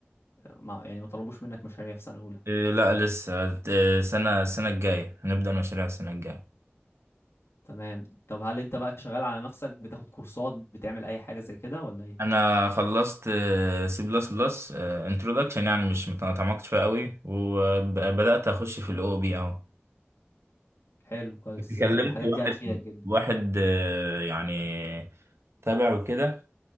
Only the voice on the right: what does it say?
إيه لا لسه إيه سنه السنه الجايه هنبدأ مشاريع السنه الجايه
انا خلصت سي بلس بلس انترودكشن يعني مش ما تعمقتش فيها قوي وبدأت اخش في الاو بي اهو
كلمت
واحد
واحد آه، يعني تابع وكده